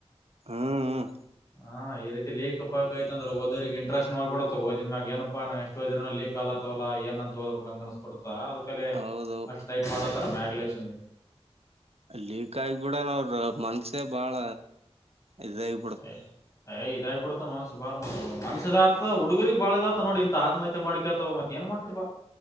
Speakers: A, on the right; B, on the left.
A: ಹ್ಮ್ ಹ್ಮ್.
B: ಹಾ ಏರಿದಿಲ್ಲೆ ಲೀಕ್ ಪಾಕ್ ಐತಂದ್ರ ಹೊದೋರಿಗ ಇಂಟರಸ್ಟ್ನು ಆಗ್ ಬಿಡುತ್ತ ಓದಿದ ಮ್ಯಾಗ ಏನಪ್ಪಾ ನಾವೆಷ್ಟ ಓದಿರನು ಅಲ್ಲಿ ಲಿಕ್ ಆಲತವಲ ಏನ್ಂತ ಓದಬೇಕ್ ಹಂಗ್ ಅನಸ್ ಬಿಡತ್ತ ಅದಕಲೆ
A: ಹೌದೌ
B: ಅಷ್ಟ್ ಟೈಟ್ ಮಾಡ್ಲತರ ಮ್ಯಾಗಲೇಸಿಂದ್.
A: ಲೀಕ್ ಆಗ್ ಬಿಡಲವ್ರ ಮನ್ಸ್ ಏ ಬಾಳ ಇದಾಗಿ
B: ಏ ಏ ಇದಾಗಬುಡ್ತ ಮನಸ್ ಬಾರ <unintelligible> ಮನ್ಸ ಇದ ಆತದ ಹುಡುಗುರಿಗ್ ಬಾಳ ಇದ ಆತದ ನೋಡ ಇಂತ ಆತ್ಮ ಹತ್ತೆ ಮಾಡ್ಕ್ಯತವ ಮತ್ತ ಏನ ಮಾಡ್ತಿ ಬಾ